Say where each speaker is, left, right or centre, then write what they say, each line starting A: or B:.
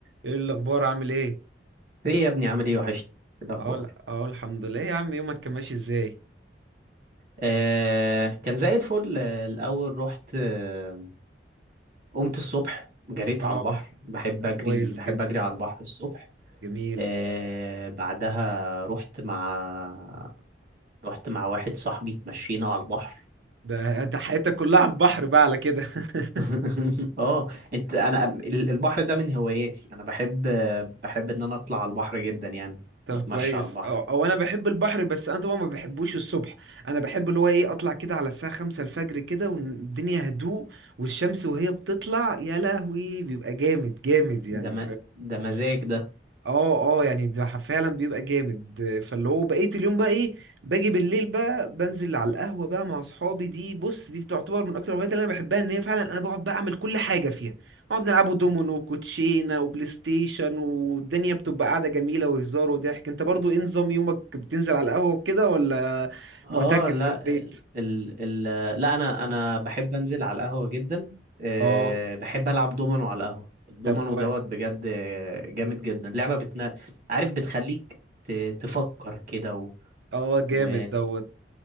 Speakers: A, on the right; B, on the right.
A: ايه الاخبار عامل ايه
B: ايه يا ابني عامل ايه وحشني إيه الاخبار
A: اقول اقول الحمد لله إيه يا عم يومك كان ماشي ازاي
B: آه كان زي الفل آه، الاول رحت آه قمت الصبح جريت
A: اه
B: على البحر بحب
A: طب
B: اجري
A: كويس
B: بحب
A: جدا
B: اجري على البحر الصبح
A: جميل
B: آه بعدها رحت مع رحت مع واحد صاحبي اتمشينا على البحر
A: ده ده حياتك كلها على البحر بقى على كده
B: <laughs>
A: <laughs>
B: اه انت انا ال- البحر ده من هواياتي انا بحب بحب ان انا اطلع على البحر جدا يعني
A: طب
B: واتمشى
A: كويس
B: على البحر
A: او او انا بحب البحر بس انا طبعا ما بحبوش الصبح انا بحب اللي هو ايه اطلع كده على الساعه 5 الفجر كده والدنيا هدوء والشمس وهي بتطلع يا لهوي بيبقى جامد جامد يعني
B: ده م... ده مزاج ده
A: اه اه يعني ده فعلا بيبقى جامد فاللي هو بقيت اليوم بقى ايه باجي بالليل بقى بنزل على القهوة بقى مع اصحابي دي بص دي تعتبر من اكتر الهوايات اللي انا بحبها ان هي فعلا انا بقعد بقى اعمل كل حاجة فيها نقعد نلعبوا دومينو وكوتشينة وبلاي ستيشن والدنيا بتبقى قاعدة جميلة وهزار وضحك انت برضو ايه نظام يومك بتنزل على القهوة وكده ولا
B: اه
A: معتكف
B: لا
A: في البيت
B: ال ال لا انا انا بحب انزل على القهوه جدا أه
A: اه
B: بحب العب دومينو على القهوه الدومينو
A: طب كويس
B: دوت بجد آه، جامد جدا لعبه بتنا عارف بتخليك ت- تفكر كده و...
A: اه جامد
B: و
A: دوت